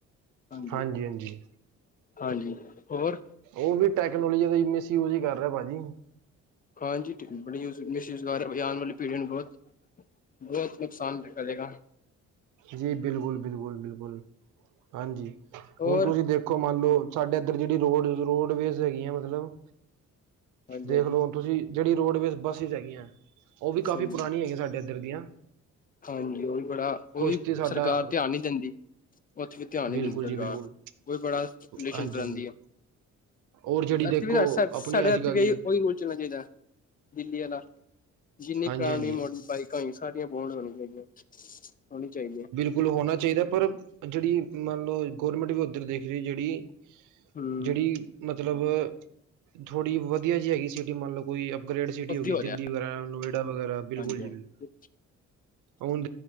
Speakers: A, on the left; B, on the right.
A: ਹਾਂਜੀ
B: ਹਾਂਜੀ-ਹਾਂਜੀ।
A: ਹਾਂਜੀ, ਹੋਰ?
B: ਉਹ ਵੀ ਟੈਕਨੋਲੋਜੀ ਦਾ ਮਿਸਯੂਜ ਈ ਕਰ ਰਿਆ ਪਾਜੀ।
A: ਹਾਂਜੀ ਬੜੀ ਯੁਸ, ਮਿਸਯੂ ਕਰ ਰੇਆ, ਅੱਗੇ ਆਣ ਵਾਲੀ ਪੀੜੀ ਨੂੰ ਬੋਤ ਬੋਤ ਨੁਕਸਾਨ ਕਲੇਗਾ।
B: ਜੀ, ਬਿਲਕੁਲ-ਬਿਲਕੁਲ-ਬਿਲਕੁਲ, ਹਾਂਜੀ,
A: ਹੋਰ
B: ਹੁਣ ਤੁਸੀਂ ਦੇ ਇਕੋ ਮੰਨ ਲੋ ਸਾਡੇ ਇੱਧਰ ਜਿਹੜੀ ਰੋਡ-ਰੋਡਵੇਜ਼ ਹੈਗੀ ਆ ਮਤਲਬ
A: ਹਾਂਜੀ
B: ਦੇਖ
A: ਹਾਂਜੀ
B: ਲੋ ਹੁਣ ਤੁਸੀਂ ਜਿਹੜੀ ਰੋਡਵੇਜ਼ ਬੱਸਿਸ ਹੈਗੀਆਂ। ਉਹ ਵੀ ਕਾਫੀ
A: ਹਾਂਜੀ
B: ਪੁਰਾਣੀਆਂ ਹੈਗੀਆਂ ਸਾਡੇ ਇੱਧਰ ਦੀਆਂ।
A: ਹਾਂਜੀ, ਉਹ ਵੀ ਬੜਾ ਉਹ
B: ਕੁਛ
A: ਵੀ
B: ਤੇ ਸਾਡਾ
A: ਸਰਕਾਰ ਧਿਆਨ ਨੀ ਦਿੰਦੀ। ਉੱਥੇ ਵੀ ਧਿਆਨ ਨੀ
B: ਬਿਲਕੁਲ
A: ਦਿੰਦੀ ਸਰਕਾਰ
B: ਜੀ ਬਿਲਕੁਲ
A: ਉਹ ਵੀ ਬੜਾ ਰਿਲੇਸ਼ਨ
B: ਹਾਂਜੀ
A: ਪੈਂਦੀ
B: ਹਾਂਜੀ
A: ਹੈ।
B: ਔਰ ਜਿਹੜੀ ਦੇਖੋ
A: ਇੱਥੇ ਵੀ ਹਰ ਸਾਲ ਸਾਢੇ
B: ਆਪਣੀ ਅੱਜ
A: ਇਥੇ
B: ਕੱਲ੍ਹ
A: ਵੀ
B: ਦੀ
A: ਉਹੀ ਰੂਲ ਚੱਲਣਾ ਚਾਹੀਦਾ। ਦਿੱਲੀ ਅਲਾ ਜਿੰਨੀ
B: ਹਾਂਜੀ
A: ਪ੍ਰਾਣੀ
B: ਹਾਂਜੀ
A: ਮੋਡਲ ਬਾਈਕ ਕਈ ਸਾਰੀਆਂ ਬੋਰਡ ਹੋਣੀਆਂ ਚਾਹੀਦੀਆਂ ਹੋਣੀ ਚਾਹੀਦੀਆਂ।
B: ਗੁਲ ਹੋਣਾ ਚਾਹੀਦਾ, ਪਰ ਜਿਹੜੀ ਮੰਨ ਲਓ ਗੌਰਮੈਂਟ ਵੀ ਉੱਧਰ ਦੇਖ ਰਹੀ ਜਿਹੜੀ
A: ਹਮ
B: ਜਿਹੜੀ ਮਤਲਬ ਥੋੜ੍ਹੀ ਵਧੀਆ ਜਿਹੀ ਹੈਗੀ ਸਿਟੀ ਮੰਨ ਲਓ ਕੋਈ ਗਰੇਡ ਸਿਟੀ
A: ਅੱਧੀ
B: ਹੋ ਗਈ
A: ਰਿਹਾ
B: ਦਿੱਲੀ ਵਗੈਰਾ, ਨੋਇਡਾ ਵਗੈਰਾ ਬਿਲਕੁਲ
A: ਹਾਂਜੀ
B: ਜੀ-ਬਿਲਕੁਲ
A: ਹਾਂਜੀ
B: ਹੁਨ